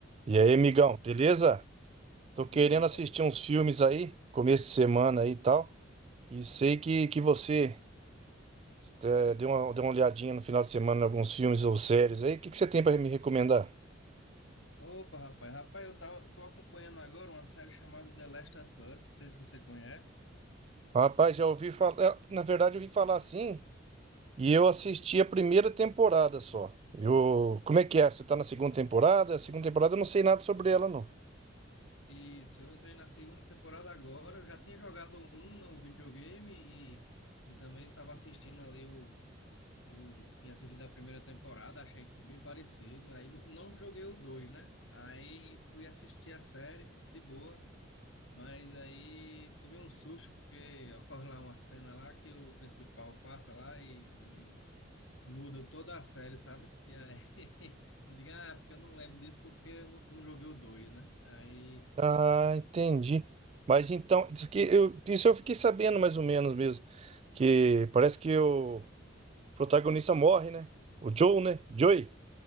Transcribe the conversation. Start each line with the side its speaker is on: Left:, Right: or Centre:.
Right: E
Left: Fala,
Right: aí, amigão, beleza? Tô
Left: tudo
Right: querendo
Left: bom?
Right: assistir uns filmes aí, começo de semana aí e tal. E sei que, que você eh, deu uma, deu uma olhadinha no final de semana em alguns filmes ou séries aí. O que, que você tem pra me recomendar?
Left: Opa, rapaz. Rapaz, eu tava, tô acompanhando agora uma série chamada The Last of Us, não sei se você conhece.
Right: Rapaz, já ouvi falar. Na verdade, eu ouvi falar assim e eu assisti a primeira temporada só. Eu... Como é que é? Você tá na segunda temporada? A segunda temporada eu não sei nada sobre ela, não.
Left: Isso, eu entrei na segunda temporada agora, eu já tinha jogado um no videogame e, e também estava assistindo ali o, o... Tinha assistido a primeira temporada, achei que foi bem parecido. Aí não não joguei o dois, né? Aí fui assistir a série, de boa. Mas aí tomei um susto, porque ocorre lá uma cena lá que o principal passa lá e, e Muda toda a série, sabe? E aí <laughs> eu digo, ah, porque eu não lembro disso porque eu não, não joguei o 2, né? Aí,
Right: Ah, entendi. Mas então, diz que eu... isso eu fiquei sabendo mais ou menos mesmo. Que parece que eu. protagonista morre, né? O Joe, né? Joey.